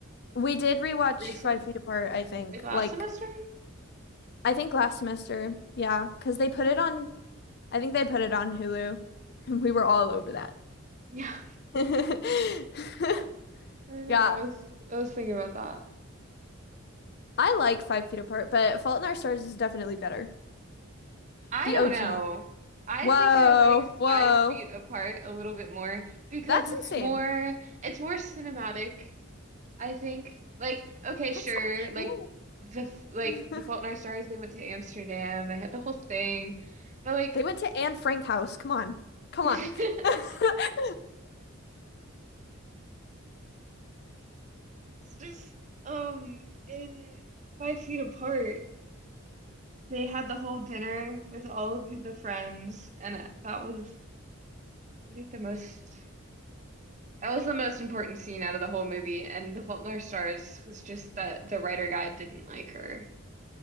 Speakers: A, on the left; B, on the right.
A: We did rewatch
B: recently,
A: Five Feet Apart, I think.
B: like last
A: Like,
B: semester?
A: I think last semester, yeah, because they put it on I think they put it on Hulu, <laughs> and we were all over that.
B: Yeah,
A: <laughs>
B: I know.
A: Yeah,
B: I was I was thinking about that.
A: I like Five Feet Apart, but Fault in Our Stars is definitely better.
B: I
A: The
B: don't
A: OG.
B: know. I
A: Whoa,
B: think I like Five
A: whoa.
B: Feet Apart a little bit more because
A: That's
B: it's
A: insane.
B: more it's more cinematic. I think like okay, sure,
A: That's
B: like
A: not
B: the f- like
A: true. <laughs>
B: The Fault in Our Stars, they went to Amsterdam, they had the whole thing, but like
A: They went to Anne Frank house. Come on. Come
B: <laughs> That's
A: on. <laughs> I
B: just um in Five Feet Apart. They had the whole dinner with all of the friends, and that was, I think, the most that was the most important scene out of the whole movie. And The Fault in Our Stars was just that the writer guy didn't like her.